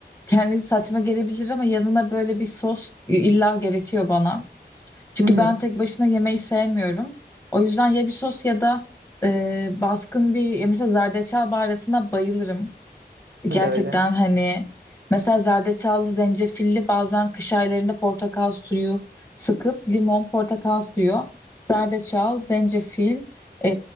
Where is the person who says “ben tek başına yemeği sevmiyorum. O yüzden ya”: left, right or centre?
Left